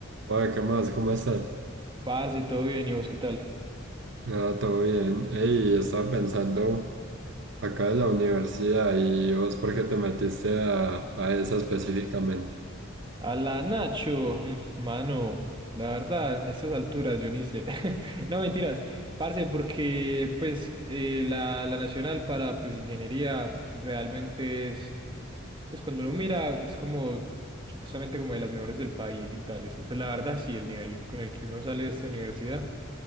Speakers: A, on the right (about 60°); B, on the right (about 25°).
A: Oye, ¿qué más? ¿Cómo estás?
B: Parce, todo bien, ¿y vos qué tal?
A: Ah, todo bien. Ey, estaba pensando acá en la universidad y vos, ¿por qué te metiste a, a esa específicamente?
B: A la Nacho, mm, mano, la verdad, a estas alturas yo ni sé. <laughs> No, mentiras, parce, porque pues eh, la, la nacional para pues ingeniería realmente es, pues cuando uno mira es como supuestamente como de las mejores del país y tales, y pues la verdad sí, el nivel con el que uno sale de esta universidad